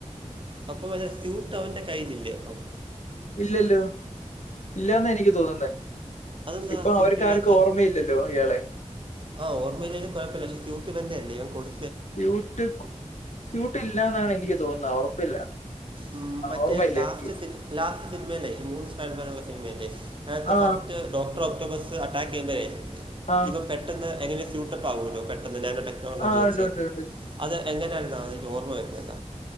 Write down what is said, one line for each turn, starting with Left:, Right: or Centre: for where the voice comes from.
Right: അപ്പം അ സ്യൂട്ട് അവന്റെ കയ്യിലില്ലേ അപ്പം
Left: ഇല്ലല്ലോ ഇല്ലാന്ന എനിക്ക് തോന്നുന്ന
Right: അതെന്താ
Left: ഇപ്പൊ
Right: സ്യൂട്ട്
Left: അവർക്ക്
Right: ഇല്ലാത്ത
Left: ആർക്കും ഓർമ്മയില്ലല്ലോ ഇയാളെ
Right: ആ ഓർമയില്ലേ ലും കുഴപ്പില്ലസ് ക്യു ട്ട്ഇവന്റെ അല്ലെ കൊട്
Left: സ്യൂട്ട് കും സ്യൂട്ട് ഇല്ലാന്നാണ് എനിക്ക് തോന്നുന്നത് ഉറപ്പില്ല
Right: മ് മറ്റേ
Left: ഓർമ്മയില്ല
Right: ലാസ്റ്റ്
Left: എനിക്ക്
Right: സിൻ ലാസ്റ്റ് സിനിമയില് ഈ മൂന്ന് സ്പാൻ പാനുള്ള സിനിമയല്ലേ അയ്നഗത്
Left: ആ
Right: ഫസ്റ്റ് ഡോക്ടർ ഓക്ടോബസ് അറ്റാക്ക് ചെയ്യുമ്പേഇ
Left: ആ
Right: ഇവൻ പെട്ടെന്ന് എങ്ങനെ സ്യൂട്ടപ്പ് ആവുല്ലോ പെട്ടെന്ന് ഞാൻ
Left: ആ
Right: ചോച്ച്
Left: ഉണ്ട് ഉണ്ട് ഉണ്ട്
Right: അത് എങ്ങനെണ്ന്നാവോ ഇതിന്റ ഓർമ്മ വരുതില്ല